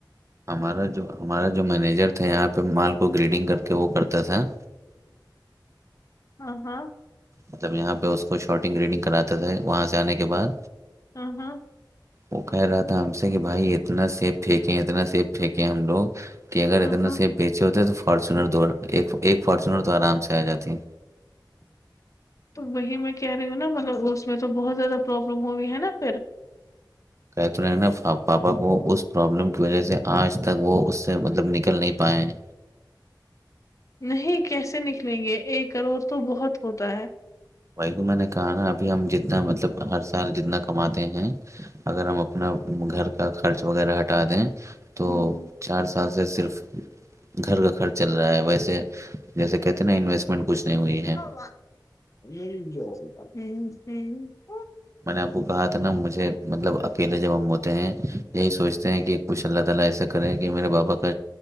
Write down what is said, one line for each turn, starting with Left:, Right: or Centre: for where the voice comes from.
Right: ہمارا جو ہمارا جو مینیجر تھے یہاں پہ مال کو گریڈنگ کر کے وہ کرتا تھا
Left: ہ ہاں
Right: مطلب یہاں پہ اس کو شارٹنگ ریڈنگ کراتے تھے وہاں سے آنے کے بعد
Left: ہ ہاں
Right: وہ کہہ رہا تھا ہم سے کہ بھائی اتنا سیب پھینکے اتنا سیب پھینکے ہم لوگ کہ اگر
Left: ہاں
Right: اتنے
Left: ہاں
Right: سے بیچے ہوتے ہیں تو فارچونر ایک فارچونر تو آرام سے آ جاتے
Left: تو وہی میں کہہ رہی ہوں نا مطلب اس میں تو بہت زیادہ پروابلم ہوئی ہے نا پھر
Right: کہ تو رہ نا پاپا کو اس پرابلم کی وجہ سے آج تک وہ اس سے مطلب نکل نہیں پائے ہیں
Left: نہیں کیسے نکلیں گے ایک کروڑ تو بہت ہوتا ہے
Right: وہی تو میں نے کہا نا ابھی ہم جتنا مطلب ہر سال جتنا کماتے ہیں اگر ہم اپنا گھر کا خرچ وغیرہ ہٹا دیں تو
Left: ہوں ہوں
Right: چار سال سے صرف گھر کا خرچ چل رہا ہے ویسے جیسے کہتے ہیں نا انویسٹمنٹ کچھ نہیں ہوئی ہے
Left: م ج <unintelligible>
Right: میں نے آپ کو کہا تھا نا مجھے مطلب اکیلے جب ہم ہوتے ہیں یہی سوچتے ہیں کہ ماشاءاللہ تعالی ایسا کرے کہ میرے بابا کا